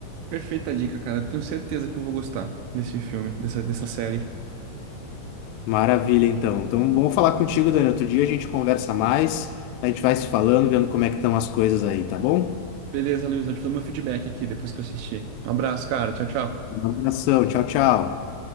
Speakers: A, on the right; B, on the left.
A: Perfeita dica, cara. Tenho certeza que eu vou gostar desse filme, dessa, dessa série.
B: Maravilha, então. Então, vamos falar contigo, Dani. Outro dia a gente conversa mais, a gente vai se falando, vendo como é que estão as coisas aí, tá bom?
A: Beleza, Luiz, eu te dou meu feedback aqui depois que eu assistir. Um abraço, cara. Tchau, tchau.
B: Um abração, tchau, tchau.